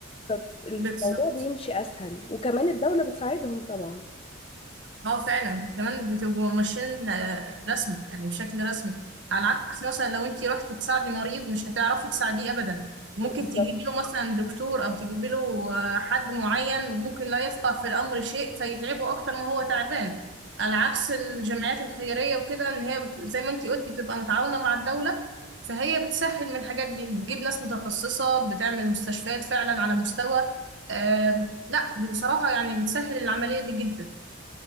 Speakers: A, on the left; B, on the right.
A: فالموضوع
B: بالظبط
A: بيمشي اسهل وكمان الدوله بتساعدهم طبعا
B: اه فعلا كمان بتبقوا ماشيين آه، رسمي يعني بشكل رسمي على عكس مثلا لو انت رحتي تساعدي مريض مش هتعرفي تساعديه ابدا ممكن
A: بالظبط
B: تجيبي له مثلا دكتور او تجيبي له آه، حد معين ممكن لا يفقه في الامر شيء فيتعبه اكتر ما هو تعبان على عكس الجمعيات الخيريه وكده ان هي زي ما انت قلتي بتبقى متعاونه مع الدوله فهي بتسهل من الحاجات دي بتجيب ناس متخصصه بتعمل مستشفيات فعلا على مستوى آه، لا بصراحه يعني بتسهل العمليه دي جدا